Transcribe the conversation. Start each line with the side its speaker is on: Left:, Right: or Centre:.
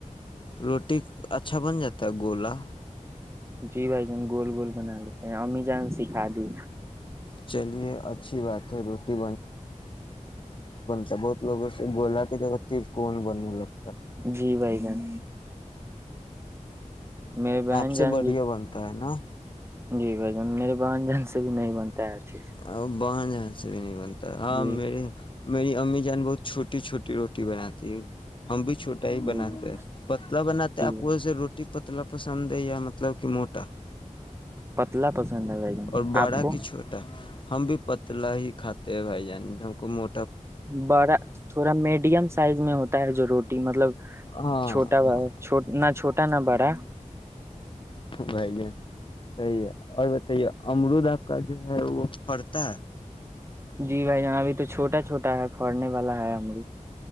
Left: روٹی اچھا بن جاتا ہے گولا
Right: جی بھائی ج ہم گول گول بنا لیتے ہیں امی جان سکھا دی
Left: چلیے اچھی بات ہے روٹی ا بہت لوگ سے بولا کے ج ت کون بننے لوگ
Right: جی بھائی جن میری بہن
Left: آپ
Right: جان
Left: سے بڑھیا
Right: جی
Left: بنتا ہے نا
Right: جی بھ جن میرے بہن جان سے بھی نہیں بنتا ہے اچھے
Left: اور ب ج <inaudible> <inaudible>
Right: سے
Left: ہاں
Right: جی
Left: میرے میری امی جان بہت چھوٹی چھوٹی روٹی بناتی ہے ہم بھی چھوٹا ہی
Right: جی
Left: بناتے ہیں پتلا بناتے ہے آپ
Right: جی
Left: کو سے روٹی پتلا پسند ہے ہے مطلب کہ موٹا
Right: پتلا پسند ہے بھائی جن
Left: اور بڑا
Right: آپ کو
Left: کہ چھوٹا ہم بھی پتلا ہی کاتے ہیں بھائی جان ہم ہم کو موٹ
Right: بڑا تھوڑا میڈیم سائز میں ہوتا ہے جو روٹی مطلب
Left: ہاں
Right: چھوٹا
Left: ہاں
Right: ب نہ چھوٹا نہ بڑا
Left: بھائی ج صحی ہے اور بتائیے امرود آپ کا جو ہے وہ پڑتا ہے
Right: جی بھائی جانب ابھی تو چھوٹا چھوا ہے پھڑنے والا ہے <inaudible>